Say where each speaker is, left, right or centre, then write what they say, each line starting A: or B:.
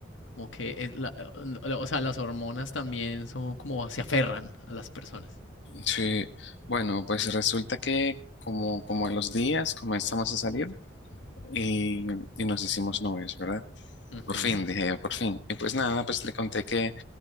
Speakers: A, on the left; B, on the left.
A: Como que, es la- la- o sea, las hormonas también son como se aferran a las personas.
B: Sí, bueno, pues resulta que como, como a los días comenzamos a salir y, y nos hicimos novios, ¿verdad?
A: Ujú,
B: Por fin, dije yo, por fin. Y pues nada, pues le conté que,